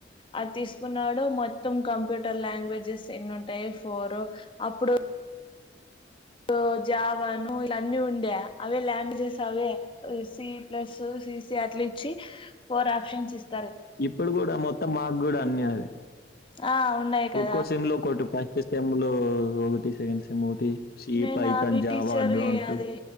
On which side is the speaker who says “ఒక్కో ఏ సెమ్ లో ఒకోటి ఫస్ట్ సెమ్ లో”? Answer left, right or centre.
Left